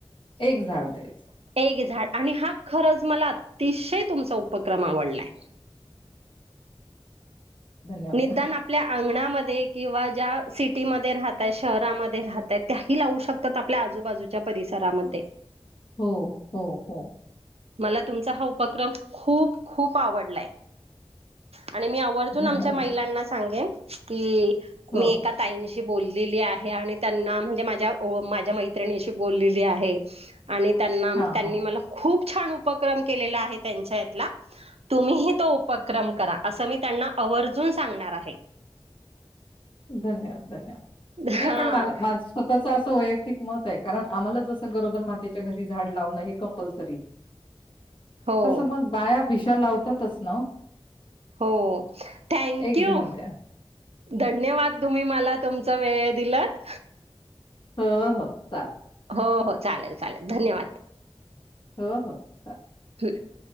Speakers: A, on the left; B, on the right.
A: एक झाड द्यायचं.
B: एक झाड आणि हा खरंच मला अतिशय तुमचा उपक्रम आवडलाय.
A: धन्यवाद.
B: निदान आ आपल्या अंगणामध्ये किंवा ज्या सिटीमध्ये राहतय शहरामध्ये राहतय त्याही लावू शकत तात आपल्या आजूबाजूच्या परिसरामध्ये.
A: हो हो हो.
B: मला तुमचा हा उपक्रम खूप खूप आवडलाय आणि मी आवडतून
A: धन्यवाद.
B: आमच्या ह्यांना सांगेन की मी
A: हो,
B: एका ताईंशी बोललेली आहे आणि त्यांना म्हणजे माझ्या माझ्या मैत्रिणीशी बोललेली आहे. आणि त्यांना
A: हां,
B: त्यांनी
A: हो.
B: मला खूप छान उपक्रम केलेला आहे त्यांच्या ईतला तुम्ही तो उपक्रम करा असं मी त्यांना आवर्जून सांगणार आहे.
A: धन्यवाद धन्यवाद
B: हा
A: नाही पण मला माझ स्वतःच असं वैयक्तिक मत आहे कारण आम्हाला जसं गरोदर मातेच्या घरी झाड लावणं हे कंपल्सरी
B: हो
A: तसं मग बाया भिशा लावतातच ना आ
B: हो थँक
A: झाड
B: यू.
A: द्या.
B: धन्यवाद तुम्ही मला तुमचा वेळ दिलात.
A: हो हो. चालेल.
B: हो हो चालेल चालेल धन्यवाद.
A: हो हो. चालेल.
B: <unintelligible> <inaudible>